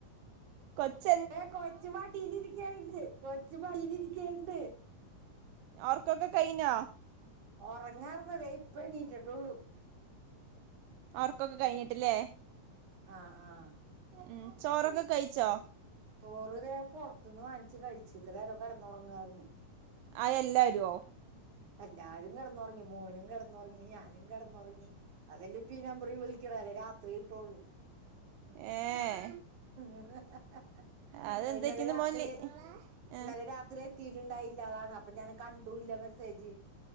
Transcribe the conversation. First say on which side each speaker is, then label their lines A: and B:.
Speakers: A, on the right; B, on the right.
A: കൊച്ച.
B: ഏ കൊച്ചുമടിയിലിരിക്കണ്ട് കൊച്ചുമടിയിലിരിക്കണ്ട്.
A: ഒർക്കൊക്കെ കയ്ഞ്ഞാ.?
B: ഒറങ്ങാർന്നെ ഇപ്പ എണീറ്റട്ടൊള്ളു.
A: ഒർക്കൊക്കെ കഴിഞ്ഞിട്ടല്ലേ.
B: ആഹ് ആഹ്.
A: ഉഉം ചോറൊക്കെ കയിച്ചോ.?
B: ചോറുതേ പൊറത്ത്ന്ന് വാങ്ങിച്ച് കഴിച്ച് ഇത്രനേരം കെടന്നൊറങ്ങാര്ന്ന്.
A: ആയെല്ലരോ.
B: എല്ലാരും കെടന്നൊറങ്ങി മോനും കെടന്നൊറങ്ങി ഞാനും കെടന്നൊറങ്ങി. അതെല്ലേ ഇപ്പഈ നമ്പറി വിളിക്കണെ അല്ലേ രാത്രി കിട്ടൊള്ളൂ.
A: ഏഹ്.
B: ഹ ഹ ഹ
A: അതെന്തറ്റിന്ന്
B: അയിന്നലരാത്രി.
A: മോൻല്
B: ന്നലെ
A: ഏഹ്
B: രാത്രി എത്തിയിട്ടുണ്ടായില്ല അതാണ്, അപ്പൊ ഞാൻ കണ്ടുല്ല മെസ്സേജ്.